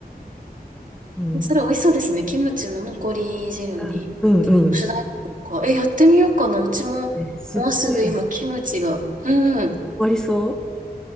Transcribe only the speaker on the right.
それ美味しそうですね。キムチの残り汁に。
主題歌か。え、やってみようかな。うちも、
もうすぐ今、
キムチが。うんうん。